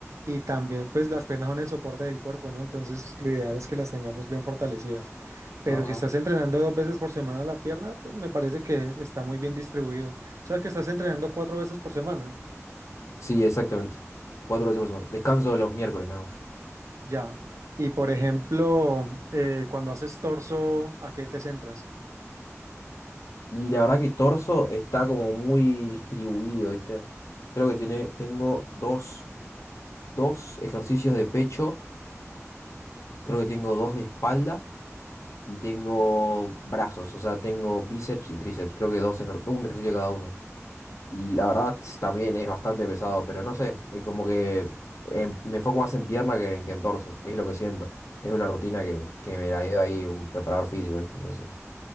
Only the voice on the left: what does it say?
Ajá.
Sí, exactamente. Cuatro veces por semana. Descanso los miércoles nada más.
Y la verdad que torso está como muy distribuido, ¿viste? Creo que tiene, tengo dos, dos ejercicios de pecho, creo que tengo dos de espalda y tengo brazos, o sea, tengo bíceps y tríceps, creo que dos ejer- un ejercicio cada uno. Y la verdad s- también es bastante pesado, pero no sé, eh, como que em- me enfoco más en pierna que, en que en torso, es lo que siento. Es una rutina que, que me la dio ahí un preparador físico, ¿viste? Entonces,